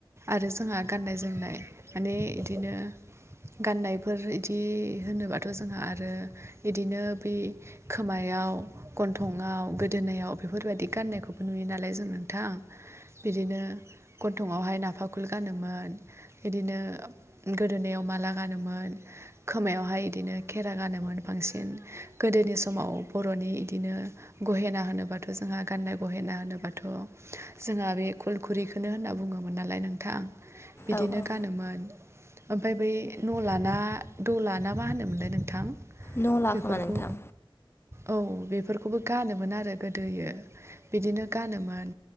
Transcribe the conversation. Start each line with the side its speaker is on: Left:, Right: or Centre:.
Right: आरो जोंहा गाननाय जोमनाय माने बिदिनो गाननायफोर इदि होनोबाथ' जोंहा आरो इदिनो बै खोमायाव गन्थंआव गोदोनायाव बेफोरबायदि गाननायखौबो नुयो नालाय जों नोंथां। बिदिनो गन्थंआवहाय नाफाखुल गानोमोन। बिदिनो गोदोनायाव माला गानोमोन खोमायावहाय बिदिनो खेरा गानोमोन बांसिन गोदोनि सम समाव बर'नि इदिनो गहेना होनोबाथ' जोंहा गाननाय गहेना होनोबाथ' जोंहा बे खलखुरिखौनो होनना बुङोमोन नालाय नोंथां। बिदिनो
Left: औ औ
Right: गानोमोन ओमफ्राय बै न' लाना द' लाना मा होनोमोनलाय नोंथां?
Left: न' ला
Right: बेफोरखौ
Left: खोमा नोंथां।
Right: औ बेफोरखौबो गानोमोन आरो गोदोयो। बिदिनो गानोमोन